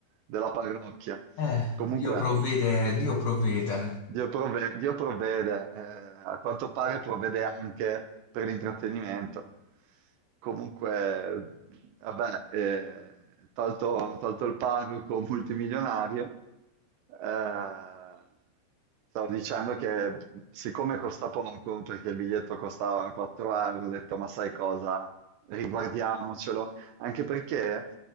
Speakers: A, on the right; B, on the left.
A: della parrocchia.
B: Eh,
A: Comunque,
B: Dio provvede Dio provvede.
A: Dio provve- Dio provvede, eh, a quanto pare provvede anche per l'intrattenimento. Comunque, vabbè, eh, tolto, tolto il parroco multimilionario, eh, stavo dicendo che siccome costa poco, perché il biglietto costava 4 euro, ho detto, ma sai cosa, riguardiamocelo, anche perché,